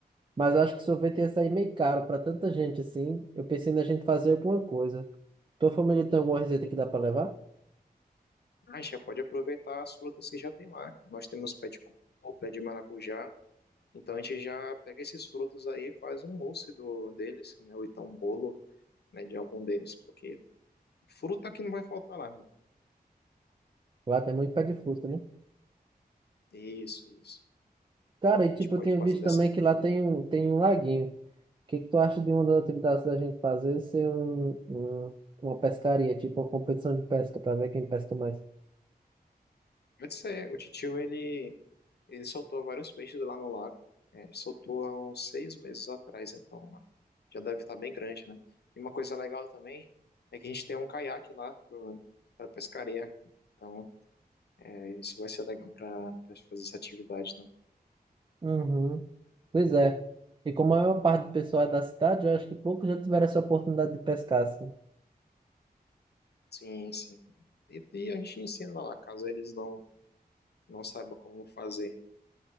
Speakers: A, on the right; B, on the left.
A: Mas acho que sorvete ia sair meio caro para tanta gente assim. Eu pensei na gente fazer alguma coisa. Tua família tem alguma receita que dá para levar?
B: Ah, A gente já pode aproveitar as frutas que já tem lá. Nós temos pé de cupuaçu, pé de maracujá. Então a gente já pega esses frutos aí e faz um mousse do, deles, né? Ou então um bolo, né, de algum deles. Porque fruta que não vai faltar lá. né?
A: Lá tem muito pé de fruta, né?
B: Isso, isso.
A: Cara,
B: Então
A: e tipo,
B: a gente pode
A: eu tinha
B: fazer
A: visto
B: dessa
A: também
B: maneira
A: que lá tem
B: aí.
A: um, tem um laguinho. O que que tu acha de uma das atividades da gente fazer ser um, um- uma pescaria, tipo uma competição de pesca para ver quem pesca mais?
B: Pode ser, o titio, ele Ele soltou vários peixes lá no lago. É, ele soltou há uns seis meses atrás, então né, já deve estar bem grande, né? E uma coisa legal também é que a gente tem um caiaque lá para pescaria. Então, é, isso vai ser legal para fazer essa atividade, né?
A: Uhum. Pois é. E como a maior parte do pessoal é da cidade, eu acho que poucos já tiveram essa oportunidade de pescar, assim.
B: Sim, sim. E, e a gente ensina lá, caso eles não, não saibam como fazer.